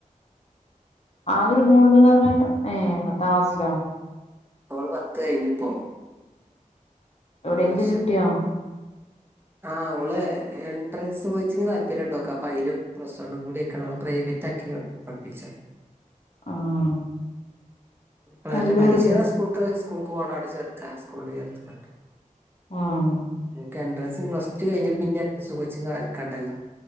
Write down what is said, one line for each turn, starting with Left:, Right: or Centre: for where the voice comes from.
Left: ആ ഒരു മോൾ ഉണ്ടെന്ന് പറഞ്ഞ ഏ പത്താം ക്ലാസ്സിലോ
Right: ഓള് പത്ത് കഴിഞ്പ്പോ
Left: എവിടെയെങ്കിലും
Right: ഈ വർഷം
Left: കിട്ടിയോ
Right: ആഹ് ഓള് എൻട്രൻസ് കോച്ചിങ് താല്പര്യം ഉണ്ട് ഓക് അപ്പൊ അതിനും പ്ലസ് വണ്ണിനും കൂടി ഒക്ക പ്രൈവറ്റ് ആക്കിയാണ് പഠിപ്പിച്ച
Left: ആഹ്
Right: ഇപ്പ
Left: കല്ലൂർക്കോ
Right: അല്ല പരീക്ഷ എഴുതാൻ സ്കൂൾക്ക് സ്കൂൾക്ക് പോണം അവിടെ ചേർക്ക സ്കൂളിൽ ചേർത്തിക്കണ്ട്
Left: ആഹ്
Right: ക്ക എൻട്രൻസ് പ്ലസ് ടു കഴിഞ്ഞട്ട് പിന്നെ എൻ്രൻസ് കോച്ചിങ് ഇക്കാണ്ടല്ലോ